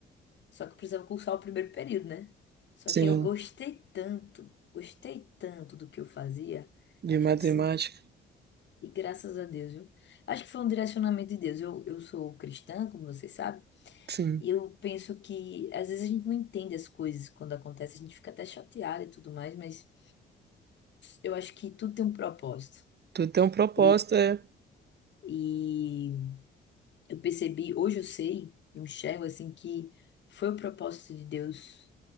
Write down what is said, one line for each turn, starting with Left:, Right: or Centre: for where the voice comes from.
Left: Só que eu precisava cursar o primeiro período, né? Só
Right: sim.
Left: que aí eu gostei tanto, gostei tanto do que eu fazia,
Right: De
Left: que
Right: matemática,
Left: eu disse, e graças a Deus, viu? Acho que foi um direcionamento de Deus. Eu, eu sou cristã, como você sabe,
Right: sim.
Left: e eu penso que às vezes a gente não entende as coisas quando acontece, a gente fica até chateada e tudo mais, mas eu acho que tudo tem um propósito.
Right: Tu tem um propósito,
Left: E,
Right: é.
Left: e Eu percebi, hoje eu sei, eu enxergo assim que foi o propósito de Deus.